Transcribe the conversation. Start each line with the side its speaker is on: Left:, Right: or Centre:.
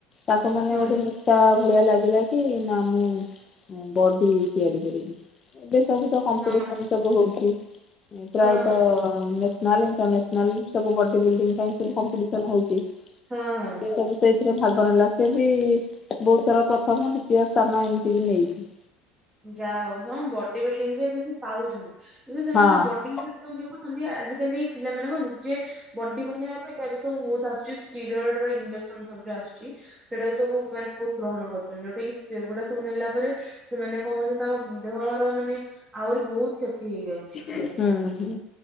Left: ତାକୁ ମାନେ
Right: ହଁ
Left: ଗୋଟେ ତା ଭଳିଆ ଲାଗିଲା କି, ନା ମୁଁ ବଡି ତିଆରି କରିବି। କୋଉଠି ତ କମ୍ପିଟିସନ
Right: ହଁ
Left: ସବୁ ହଉଛି ପ୍ରାୟତଃ
Right: ହଁ ହଁ ହଁ
Left: ନହେଲେ ସମସ୍ତେ ନହେଲେ ସବୁ ବଡି ବିଲଡିଂ ପାଇଁ ସବୁ କମ୍ପିସନ ହଉଚି ସିଏ
Right: ହଁ ହଁ।
Left: ସବୁ ସେ ସେ ଭାଗ ନେଲା ସେ ବି ବହୁତ ଥର ପ୍ରଥମ ଦ୍ୱିତୀୟ ସ୍ଥାନ ଏମିତି ବି ନେଇଚି।
Right: ଯାହଉ ସମାନେ ବଡିବିଲ୍ଡିଙ୍ଗିରେ ଏବେ ସେ ପାଉଚନ୍ତି କିନ୍ତୁ ସେମାନେ
Left: ହଁ
Right: ଯୋଉ ବଡି ବ ଇଏ କରୁଚନ୍ତି ଆଜିକାଲି ପିଲାମାନେ ନିଜେ ବଡି ବନେଇବା ଏବେ ସବୁ ବହୁତ ଆସୁଛି ଟିରଏଡ ଇଞ୍ଜେକ୍ସନ ସବୁ ଯଉ ଆୁସୁଛି ସେଟା ସବୁ ମାନେ ବହୁତ ଗ୍ରହଣ କରୁଚନ୍ତି ଯୋଉଟା କି ଗୁଡା ସବୁ ନେଲା ପରେ ସେମାନେ କହୁଚନ୍ତି ତମ ଦେହର ମାନେ ଆହୁରି ବହୁତ କ୍ଷତି ହେଇଯାଉଛି
Left: ହୁଁ
Right: ଧୀରେ ଧୀରେ।
Left: ହୁଁ